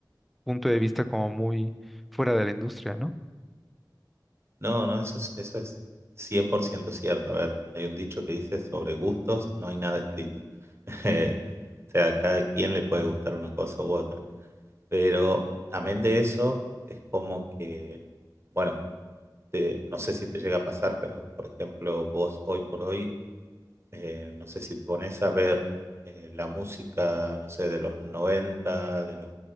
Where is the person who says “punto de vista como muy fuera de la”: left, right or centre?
Centre